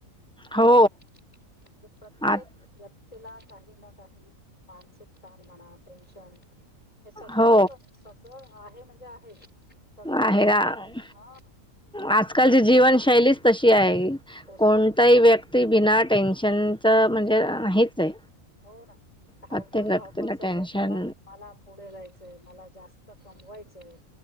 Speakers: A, on the left (about 25°); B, in the centre.
A: ह
B: हो
A: म्हणजे प्रत्येक.
B: आत
A: व्यक्तीला काही ना काही मानसिक ताण म्हणा. टेन्शन हे सगळंच
B: हो
A: सगळं आहे म्हणजे आहे सगळेजण.
B: आहे
A: हा
B: आजकालची जीवनशैलीच तशी आहे
A: तशी
B: कोणताही
A: आहे
B: व्यक्ती ती बिना टेन्शनचं म्हणजे नाहीच आहे.
A: हो ना धावपळ
B: प्रत्येक व्यक्तीला
A: धावपळ सगळे
B: टेन्शन
A: मला. मला पुढे जायचंय मला जास्त कमवायचंय